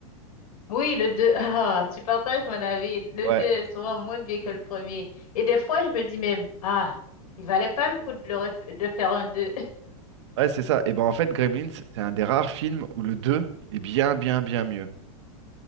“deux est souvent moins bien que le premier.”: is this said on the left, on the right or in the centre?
Left